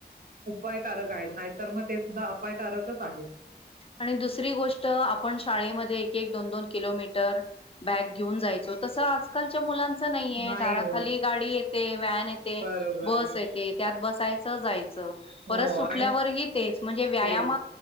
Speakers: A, on the right (about 55°); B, on the left (about 35°).
A: उपायकारक आहेत नाहीतर मग ते सुद्धा अपायकारकच आहेत.
B: आणि दुसरी गोष्ट आपण शाळेमध्ये एक -एक दोन- दोन किलोमीटर बॅग घेऊन जा जायचो तस आजकालच्या मुलां का नाहीये
A: नाही
B: दाराखाली
A: होत.
B: गाडी येते, व्हॅन येते,
A: बरोबर.
B: बस येते त्यात बसायचं जायचं. च
A: हो
B: परत सुटल्यावरही
A: आणि
B: तेच म्हणजे व्यायाम
A: तेच.